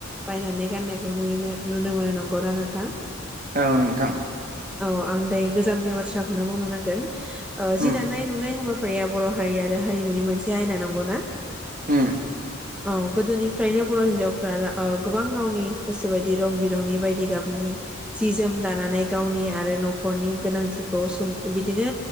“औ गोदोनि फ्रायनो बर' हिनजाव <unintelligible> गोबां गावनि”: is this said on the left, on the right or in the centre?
Centre